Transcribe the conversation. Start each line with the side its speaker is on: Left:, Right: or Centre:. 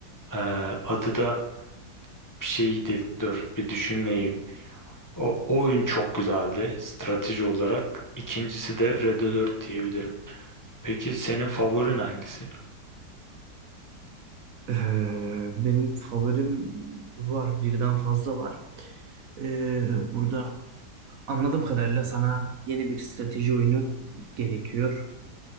Left: Ee, adı da bir şeydi. Dur bir düşüneyim. O, o oyun çok güzeldi strateji olarak. İkincisi de Red Alert diyebilirim. Peki senin favorin hangisi?
Right: Ee, benim favorim var. Birden fazla var. Ee, burada anladığım kadarıyla sana yeni bir strateji oyunu gerekiyor.